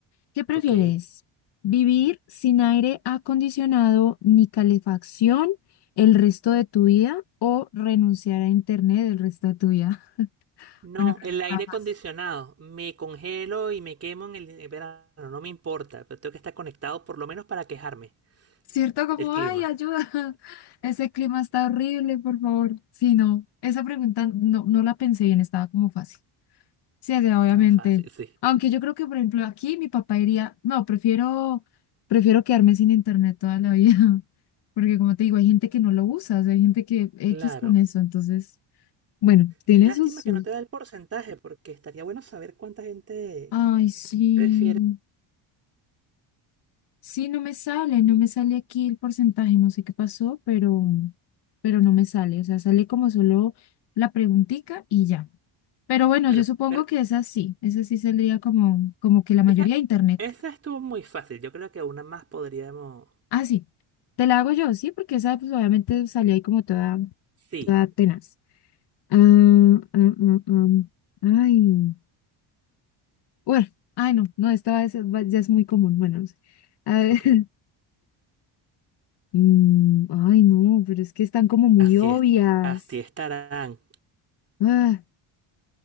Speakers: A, on the left; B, on the right.
A: ¿Qué prefieres?
B: ok.
A: ¿Vivir sin aire acondicionado ni calefacción el resto de tu vida o renunciar a internet el resto de tu vida? <laughs>
B: No,
A: Bueno, creo
B: el
A: que está
B: aire acondicionado.
A: fácil.
B: Me congelo y me quemo en el en verano. No me importa, pero tengo que estar conectado por lo menos para quejarme
A: ¿Cierto? Como,
B: del clima.
A: ay, ayuda, <laughs> ese clima está horrible, por favor. Sí, no, esa pregunta no, no la pensé bien, estaba como fácil. Sí, o sea,
B: Estaba
A: obviamente.
B: fácil, sí.
A: Aunque yo creo que, por ejemplo, aquí mi papá diría, no, prefiero, prefiero quedarme sin internet toda la vida. <laughs> Porque como te digo, hay gente que no lo usa, o sea, hay gente que X
B: Claro.
A: con eso. Entonces, bueno, tiene
B: Qué lástima
A: sus... sus-
B: que no te da el porcentaje, porque estaría bueno saber cuánta gente
A: Ay, sí.
B: prefiere.
A: Sí, no me sale, no me sale aquí el porcentaje, no sé qué pasó, pero, pero no me sale. O sea, sale como solo la preguntica y ya. Pero bueno,
B: Bueno,
A: yo supongo
B: pero
A: que es así. Esa sí esa sí saldría como, como que la mayoría
B: esa,
A: de internet.
B: esa estuvo muy fácil. Yo creo que una más podríamos.
A: Ah, sí, te la hago yo, sí, porque esa pues obviamente salí ahí como toda,
B: Sí,
A: toda tenaz. Ah, ah, ah, ah. Ay, bueno, ay no, no, esta va va- ya es muy común, bueno, no sé. A ver,
B: ok.
A: <laughs> mm, ay no, pero es que están como muy
B: Así
A: obvias.
B: es. Así estarán.
A: Ah,